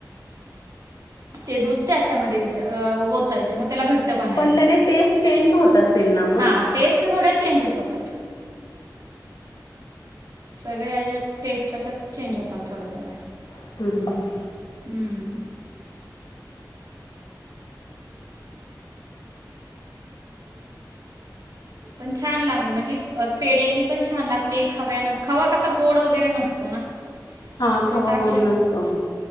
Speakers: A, on the right; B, on the left.
A: ते दूध त्याच्यामध्ये विच उठायचं मग त्याला घट्टपणा
B: पण
A: येतो
B: त्याने टेस्ट चेंज होत असेल ना मग.
A: हां टेस्ट थोड्या ंजस होतात. सगळे्या ह्याच्यात टेस्ट अशात चेंज होतात थोड्या थोडे्या
B: हम हम ह.
A: हम्म.
B: <inaudible>
A: पण छान लागते म्हणजे पेड्यांनी पण छान लागते. खव्यान खवा कसा गोड वगैरे नसतो ना
B: हा खावा
A: तो टाकला
B: गोड नसतो.